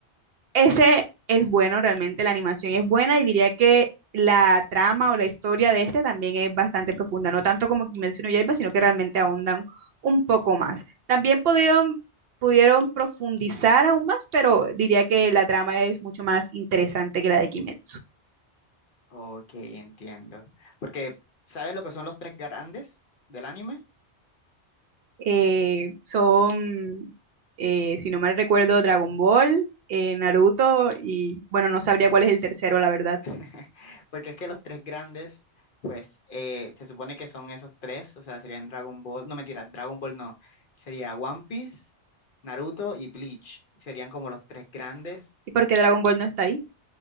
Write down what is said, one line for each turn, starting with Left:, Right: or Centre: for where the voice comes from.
Right: Ese es bueno, realmente la animación es buena y diría que la trama o la historia de este también es bastante profunda, no tanto como Kimetsu no Yaiba, sino que realmente ahondan un poco más. También pudieron, pudieron profundizar aún más, pero diría que la trama es mucho más interesante que la de Kimetsu.
Left: Ok, entiendo. Porque, ¿sabes lo que son los tres grandes del anime?
Right: Eh, son, eh, si no mal recuerdo, Dragon Ball, eh, Naruto y bueno, no sabría cuál es el tercero, la verdad.
Left: <laughs> Porque es que los tres grandes, pues eh, se supone que son esos tres, o sea, serían Dragon Ball, no mentira, Dragon Ball no, sería One Piece, Naruto y Bleach, serían como los tres grandes,
Right: ¿Y por qué Dragon Ball no está ahí?